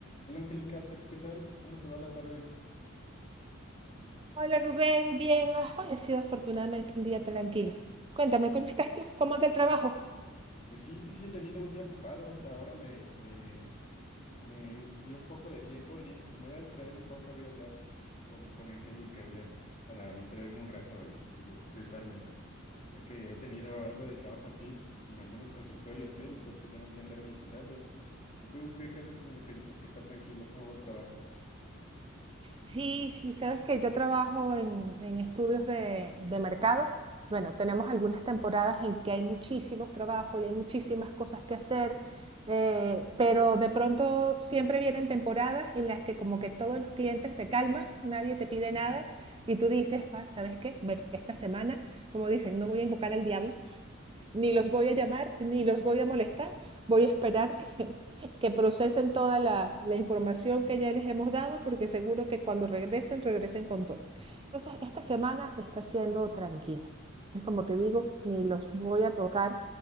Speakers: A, on the left (about 35°); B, on the right (about 25°).
A: Hola Angélica, ¿te- ¿qué tal? ¿Cómo te va la tarde?
B: Hola Rubén, bien. ah, Hoy ha sido afortunadamente un día tranquilo. Cuéntame, ¿cómo estás tú? ¿Cómo anda el trabajo?
A: Pues sí, sí, sí, he tenido un día ocupado, hasta ahora me, me, me dio un poco de tiempo y dije, pues me voy a distraer un poco, voy a hablar con, con Angélica ya para distraerme un rato y, y desestresarme, ya que he tenido algo de trabajo aquí en algunos consultorios médicos que tengo que andar visitando. ¿Y tú qué, qué andas haciendo? Que dices que está tranquilo, ¿cómo va el trabajo?
B: Sí, sí, sabes que yo trabajo en, en estudios de, de mercado. Bueno, tenemos
A: Sí, sí.
B: algunas temporadas en que hay muchísimos trabajos y hay muchísimas cosas que hacer, eh, pero de pronto siempre vienen temporadas en las que como que todos los clientes se calman, nadie te pide
A: Ujú,
B: nada y tú dices, ah, ¿sabes qué? Bueno, esta semana, como dicen, no voy a invocar al diablo. Ni
A: ujú,
B: los voy a llamar, ni los voy a molestar. Voy a esperar que, <laughs> que procesen toda la, la, información que ya les hemos dado, porque seguro que cuando regresen, regresen con todo. Entonces, esta semana está siendo tranquila. Es como te digo, ni los voy a tocar